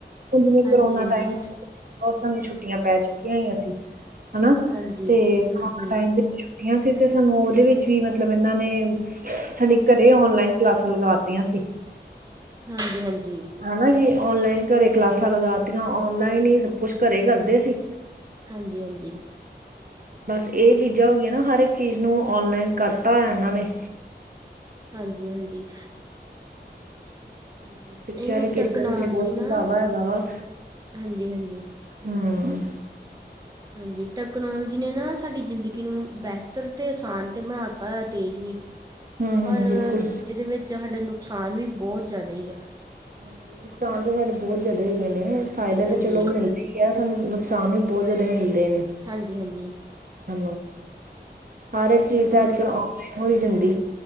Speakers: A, on the right; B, on the right.
A: ਜਿਵੇਂ
B: ਹਾਂਜੀ
A: ਕਰੋਨਾ
B: ਹਾਂਜੀ
A: ਟਾਈਮ ਸਾਨੂੰ ਛੁੱਟੀਆਂ ਪੈ ਚੁੱਕੀਆਂ ਹੋਈਆਂ ਸੀ। ਹਨਾ
B: ਹਾਂਜੀ
A: ਤੇ
B: ਹੂੰ
A: ਕਰੋਨਾ
B: ਹੂੰ
A: ਟਾਈਮ ਦੇ ਵਿੱਚ ਛੁੱਟੀਆਂ ਸੀ ਤੇ ਸਾਨੂੰ ਉਹਦੇ ਵਿੱਚ ਵੀ ਮਤਲਬ ਇਹਨਾਂ ਨੇ ਸਾਡੀ ਘਰੇ ਔਨਲਾਈਨ ਕਲਾਸਾਂ ਲਗਾਤੀਆਂ ਸੀ।
B: ਹਾਂਜੀ, ਹਾਂਜੀ।
A: ਹਨਾ ਜੀ ਔਨਲਾਈਨ ਘਰੇ ਕਲਾਸਾਂ ਲਗਾਤੀਆਂ ਔਨਲਾਈਨ ਹੀ ਸਭ ਕੁਛ ਘਰੇ ਕਰਦੇ ਸੀ।
B: ਹਾਂਜੀ, ਹਾਂਜੀ।
A: ਬਸ ਇਹ ਚੀਜ਼ਾਂ ਹੋ ਗਈਆਂ ਨਾ ਹਰ ਇੱਕ ਚੀਜ਼ ਨੂੰ ਔਨਲਾਈਨ ਕਰਤਾ ਹੋਇਆ ਇਹਨਾਂ ਨੇ।
B: ਹਾਂਜੀ, ਹਾਂਜੀ।
A: ਹਾਂਜੀ, ਸਿੱਖਿਆ
B: ਇਹ
A: ਦੇ ਖੇਤਰ
B: ਟੈਕਨੋਲਜੀ
A: ਵਿੱਚ ਬਹੁਤ
B: ਨਾ
A: ਵਧਾਵਾ ਹੈਗਾ ਵਾ।
B: ਹਾਂਜੀ ਹਾਂਜੀ
A: ਹਾਂ।
B: ਹਾਂਜੀ ਟੈਕਨੋਲੋਜੀ ਜਿਹਨੇ ਨਾ ਸਾਡੀ ਜ਼ਿੰਦਗੀ ਨੂੰ ਬਿਹਤਰ ਤੇ ਆਸਾਨ 'ਤੇ ਬਣਾਤਾ ਤੇਜ਼ ਵੀ।
A: ਹਮ
B: ਪਰ
A: ਬਿਲਕੁਲ
B: ਇਹਦੇ ਵਿੱਚ ਸਾਡਾ ਨੁਕਸਾਨ ਵੀ ਬਹੁਤ ਜ਼ਿਆਦਾ ਹੀ ਆ।
A: ਹਾਂਜੀ ਨੁਕਸਾਨ ਤਾਂ ਸਾਡੇ ਬਹੁਤ ਜ਼ਿਆਦਾ ਹੈਗੇ ਨੇ ਫ਼ਾਇਦਾ
B: ਹਾਂਜੀ
A: ਤਾਂ ਚਲੋ ਕਿਹਾ ਸਾਨੂੰ ਨੁਕਸਾਨ ਵੀ ਬਹੁਤ ਜ਼ਿਆਦਾ ਮਿਲਦੇ ਨੇ।
B: ਹਾਂਜੀ-ਹਾਂਜੀ।
A: ਹਾਂ। ਹਰ ਇੱਕ ਚੀਜ਼
B: ਹਮ,
A: ਤਾਂ ਅੱਜ-ਕੱਲ ਔਨਲਾਈਨ ਹੋ ਜਾਂਦੀ